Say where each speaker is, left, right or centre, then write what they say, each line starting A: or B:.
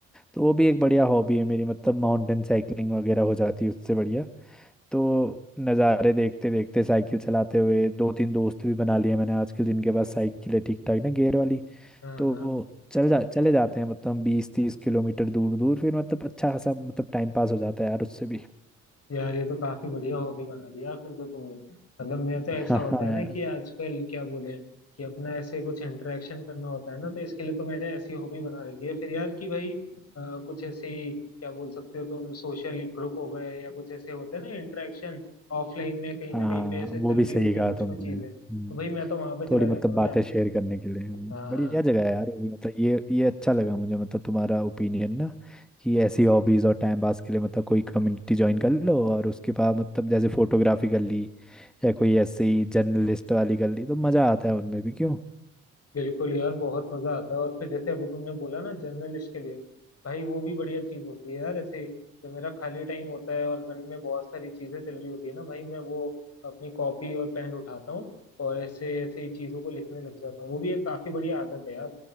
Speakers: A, in the centre; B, on the left.
A: तो वो भी एक बढ़िया हॉबी है मेरी मतलब माउंटेन साइकिलिंग वगैरह हो जाती है उससे बढ़िया तो नज़ारे देखते देखते साइकिल चलाते हुए दो तीन दोस्त भी बना लिए मैंने आजकल जिनके पास साइकिल है ठीक ठाक ना गेयर वाली
B: हाँ
A: तो
B: हाँ
A: चल जा चले जाते हैं मतलब बीस तीस किलोमीटर दूर दूर फिर मतलब अच्छा खासा मतलब टाइम पास हो जाता है यार उससे भी
B: यार ये तो काफी बढ़िया हॉबी बना लिया फिर तो तुमने मतलब मैं तो ऐसा
A: <laughs> हाँ
B: होता
A: हाँ
B: है ना
A: यार
B: कि आजकल क्या बोले कि अपना ऐसे कुछ इंटरेक्शन करना होता है ना तो इसके लिए तो मैंने ऐसी हॉबी बना रखी है फिर यार कि भाई अ, कुछ ऐसे ही क्या बोल सकते हो तुम सोशल ग्रुप हो गए या कुछ ऐसे होते हैं ना इंटरेक्शन ऑफलाइन में कहीं
A: हाँ
B: ना कहीं पे ऐसे चल
A: वो भी
B: रही
A: सही
B: होती
A: कहा
B: है कुछ
A: तुमने
B: कुछ चीजें
A: हम्म,
B: तो भाई मैं तो वहां पे चला
A: थोड़ी
B: जाता
A: मतलब
B: हूँ
A: बातें
B: यार
A: शेयर करने के लिए हम्म,
B: हाँ
A: बढ़िया जगह है यार वो भी मतलब ये ये अच्छा लगा मुझे मतलब तुम्हारा ओपिनियन ना कि ऐसी हॉबीज और टाइम पास के लिए मतलब कोई कम्युनिटी ज्वाइन कर लो और उसके बाद मतलब जैसे फोटोग्राफी कर ली या कोई ऐसे ही जर्नलिस्ट वाली कर ली तो मज़ा आता है उनमें भी क्यों
B: बिल्कुल यार बहुत मजा आता है और फिर जैसे अभी तुमने बोला ना जर्नलिस्ट के लिए भाई वो भी बढ़िया चीज होती है यार ऐसे जो मेरा खाली टाइम होता है और मन में बहुत सारी चीजें चल रही होती है ना भाई मैं वो अपनी कॉपी और पेन उठाता हूँ और ऐसे ऐसे ही चीजों को लिखने लग जाता हूँ वो भी एक काफी बढ़िया आदत है यार